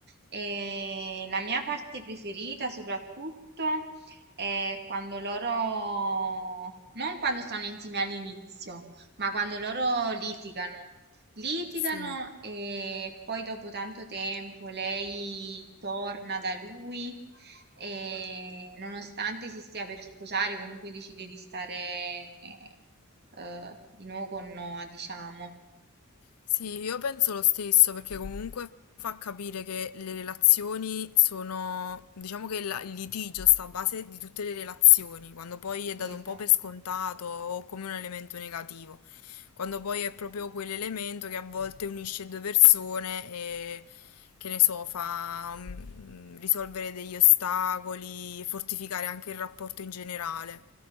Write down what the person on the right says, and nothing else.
E la mia parte preferita soprattutto è quando loro, non quando stanno insieme all'inizio, ma quando loro litigano. Litigano
e poi dopo tanto tempo lei torna da lui e nonostante si stia per sposare, comunque decide di stare eh, di nuovo con Noah, diciamo.
Sì,
esatto,